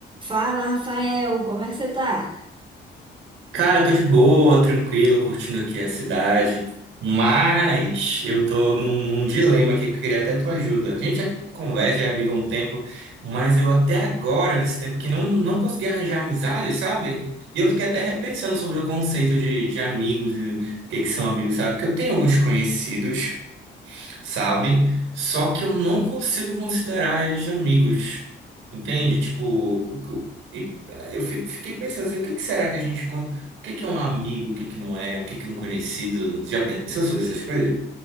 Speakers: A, on the right (about 25°); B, on the right (about 85°).
A: Fala, Rafael, como é que você tá?
B: Cara, tô de boa, tranquilo, curtindo aqui a cidade, mas eu tô num, num dilema aqui que eu queria até tua ajuda. A gente já conversa, já é amigo há um tempo, mas eu até agora, nesse tempo que não, não consegui arranjar amizade, sabe? E eu fiquei até repensando sobre o conceito de, de amigos e o que que são amigos, sabe? Porque eu tenho alguns conhecidos sabe? Só que eu não consigo considerar eles amigos, entende? Tipo, o- o- e eh, eu fi- fiquei pensando assim, o que que será que a gente, con- o que que é um amigo, o que que não é, o que que é um conhecido? Já pensou sobre essas coisas?